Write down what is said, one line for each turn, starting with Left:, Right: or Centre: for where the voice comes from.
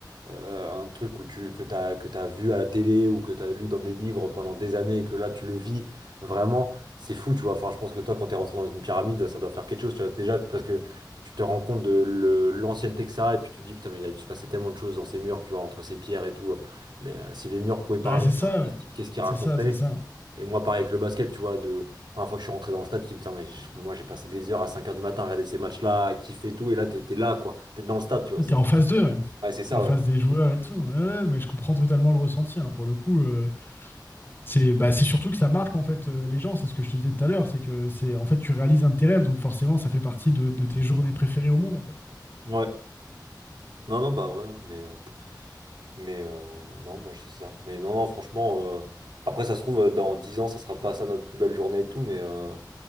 Right: euh, un truc où tu, que t'as, que t'as vu à la télé ou que t'as lu dans des livres pendant des années et que là tu le vis, vraiment, c'est fou, tu vois. Enfin, je pense que toi, quand t'es rentré dans une pyramide, ça doit faire quelque chose, tu vois. Déjà, parce que tu te rends compte de le- l'ancienneté que ça a et puis tu te dis, putain, mais il a dû se passer tellement de choses dans ces murs, tu vois, entre ces pierres et tout. Les- euh, si les murs pouvaient
Left: Bah,
Right: parler,
Left: c'est ça,
Right: qu'est-ce
Left: ouais.
Right: qui- qu'est-ce qu'ils
Left: C'est
Right: raconteraient?
Left: ça, c'est ça.
Right: Et moi, pareil avec le basket, tu vois, de la première fois que je suis rentré dans le stade, tu te dis, putain, mais j- moi, j'ai passé des heures à 5 heures du matin à regarder ces matchs-là, à kiffer et tout, et là, t'es t'es là, quoi. T'es dans le stade, tu vois.
Left: Ouais,
Right: C'est
Left: T'es en face d'eux, ouais.
Right: ouais, c'est ça,
Left: T'es en face
Right: ouais.
Left: des joueurs et tout. Ouais, ouais, mais je comprends totalement le ressenti. hein. Pour le coup, euh, c'est bah, c'est surtout que ça marque en fait euh, les gens. C'est ce que je te disais tout à l'heure. C'est que c'est en fait tu réalises un de tes rêves, donc forcément ça fait partie de, de tes journées préférées au monde en fait.
Right: Ouais. Non, non, bah ouais, ouais, mais, euh, mais euh, non, bah c'est ça. Mais non, non, franchement, euh, après, ça se trouve, euh, dans 10 ans, ça sera pas ça notre plus belle journée et tout, mais, euh,